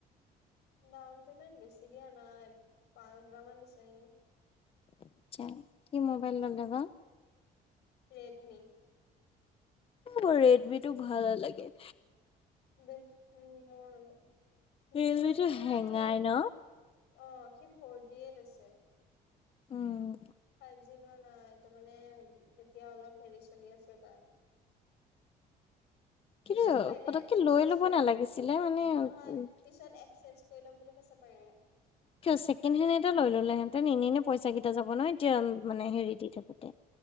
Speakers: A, on the left (about 90°); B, on the left (about 35°).
A: ডাউন পেমেণ্ট বেছি দিয়া নাই, পাঁচ হেজাৰ মান দিছে নেকি!
B: আচ্ছা! কি মোবাইল ল'লে বা?
A: ৰেডমি।
B: মোৰ ৰেডমিটো ভাল নালাগে।
A: <unintelligible> উম, বেছি
B: ৰিয়েলমিটো
A: দামি লোৱা
B: হেঙাই
A: নাই সি।
B: ন
A: অ, সি ফৰ জি এ লৈছে।
B: উম।
A: ফাইব জি লোৱা নাই, তাৰ মানে এতিয়া অলপ হেৰি চলি আছে তাৰ।
B: কিন্তু
A: পিছত পাৰিলে,
B: পতককে
A: এক্সচেঞ্জ
B: লৈ ল'ব
A: কৰি,
B: নালাগিছিলে মানে
A: নহয়
B: উম,
A: পিছত এক্সচেঞ্জ কৰি লম বুলি কৈছে পাৰিলে।
B: কিয় ছেকেণ্ড হেণ্ড এটা লৈ ল'লে হেতেন, এনে, এনে পইচা কেইটা যাব ন, এতিয়া মানে হেৰি দি থাকোঁতে।